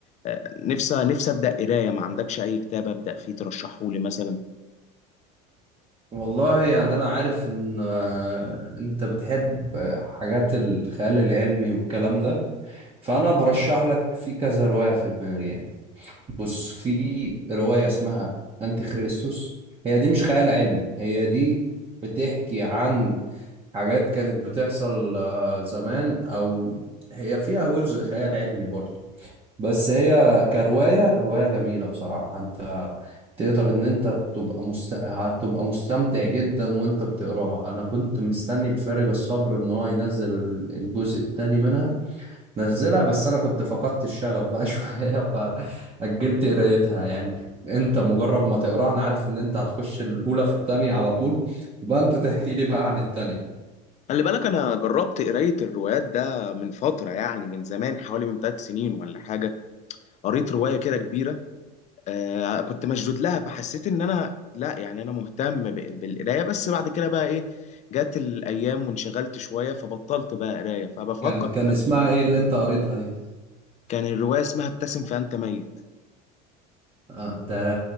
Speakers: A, on the left; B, on the right.
A: آه، نفسي نفسي ابدا قرايه ما عندكش اي كتاب ابدا فيه ترشحه لي مثلا
B: والله يعني انا عارف ان آه، انت بتحب آه، حاجات الخيال العلمي والكلام ده فانا برشح لك في كذا روايه في دماغي يعني بص في روايه اسمها انتي خريستوس هي دي مش خيال علمي هي دي بتحكي عن حاجات كانت بتحصل آه، زمان او هي فيها جزء خيال علمي برضه بس هي كرواية رواية جميلة بصراحة انت تقدر ان انت تبقى مست... هتبقى مستمتع جدا وانت بتقراها انا كنت مستني بفارغ الصبر ان هو ينزل الجزء الثاني منها نزلها بس انا كنت فقدت الشغف بقى <laughs> شوية فأجلت قرايتها يعني انت مجرد ما تقراها انا عارف ان انت هتخش الاولى في الثانيه على طول يبقى انت تحكي لي بقى عن الثانيه
A: خلي بالك انا جربت قرايه الروايات ده من فتره يعني من زمان حوالي من ثلاث سنين ولا حاجه قريت روايه كده كبيره آه كنت مشدود لها فحسيت ان انا لا يعني انا مهتم ب- بالقرايه بس بعد كده بقى ايه جت الايام وانشغلت شويه فبطلت بقى قرايه فبفكر
B: كان كان اسمها
A: انا
B: ايه اللي انت قريتها دي
A: كان الروايه اسمها ابتسم فانت ميت
B: آه، ده